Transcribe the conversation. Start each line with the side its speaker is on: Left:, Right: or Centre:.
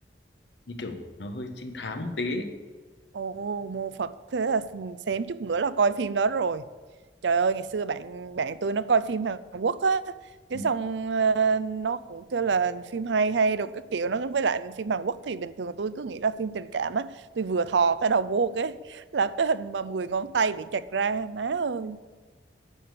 Left: như kiểu nó hơi trinh thám một tí ấy.
Right: Ồ, mô Phật thế là xém chút nữa là coi phim đó rồi. Trời ơi, ngày xưa bạn bạn tôi nó coi phim Hàn Quốc á, cái
Left: Ừ.
Right: xong ờ, nó cũng kêu là phim hay hay rồi cái kiểu nó với lại phim Hàn Quốc thì bình thường tôi cứ nghĩ là phim tình cảm á, tôi vừa thò cái đầu vô cái là cái hình mà 10 ngón tay bị chặt ra, má ơi.